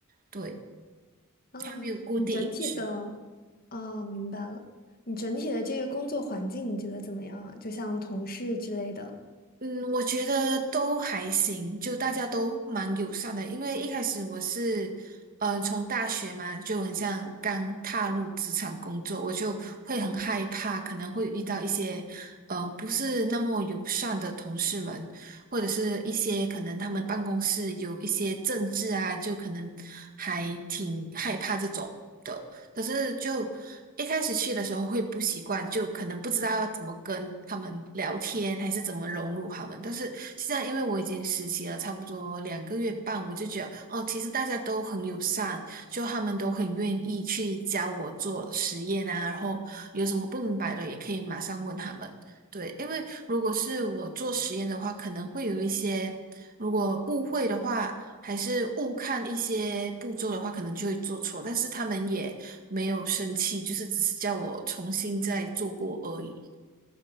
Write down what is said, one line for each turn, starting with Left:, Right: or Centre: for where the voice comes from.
Right: 对，
Left: 啊，
Right: 它没有固定一个时
Left: 你整体的啊，明白了。你整体的这个工作环境你觉得怎么样啊？就像同事之类的。
Right: 嗯，我觉得都还行，就大家都蛮友善的。因为一开始我是，嗯、从大学嘛，就很像刚踏入职场工作，我就会很害怕，可能会遇到一些，嗯、不是那么友善的同事们，或者是一些可能他们办公室有一些政治啊，就可能还挺害怕这种。的。可是就一开始去的时候会不习惯，就可能不知道要怎么跟他们聊天，还是怎么融入他们。但是现在因为我已经实习了差不多两个月半，我就觉得哦，其实大家都很友善，就他们都很愿意去教我做实验啊，然后有什么不明白的也可以马上问他们。对，因为如果是我做实验的话，可能会有一些，如果误会的话，还是误看一些步骤的话，可能就会做错。但是他们也没有生气，就是只是叫我重新再做过而已。